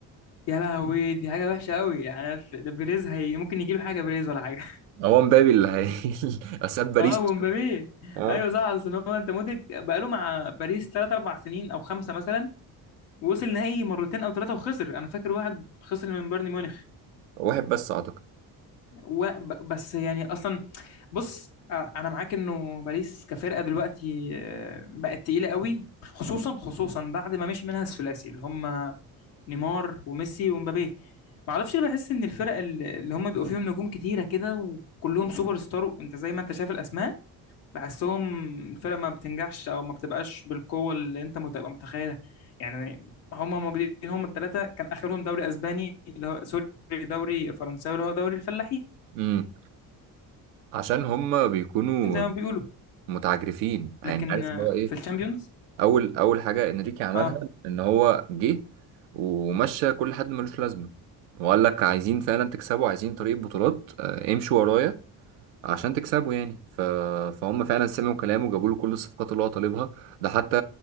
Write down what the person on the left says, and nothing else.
يا لهوي دي حاجة وحشة قوي يعني ده بيريز هي ممكن يجيله حاجة بيريز ولا حاجة
اه <laughs> ومبابي
ايوه صح اصل هو انت مودريك بقاله مع باريس 3 4 سنين او خمسه مثلا وصل نهائي مرتين او ثلاثه وخسر انا فاكر واحد خسر من بايرن ميونخ
و- ب- بس يعني اصلا بص آه، انا معاك انه باريس كفرقه دلوقتي آه، بقت تقيله قوي خصوصا خصوصا بعد ما مشي منها الثلاثي اللي هم نيمار وميسي ومبابي ما اعرفش ليه بحس ان الفرق اللي اللي هم بيبقوا فيهم نجوم كتيره كده وكلهم سوبر ستار انت زي ما انت شايف الاسماء بحسهم الفرقة ما بتنجحش أو ما بتبقاش بالقوة اللي أنت بتبقى متخيلها يعني هما موجودين هما التلاتة كان آخرهم دوري أسباني اللي هو سوري دوري فرنساوي اللي هو دوري الفلاحين
زي ما بيقولوا
لكن
آه،
في الشامبيونز
اه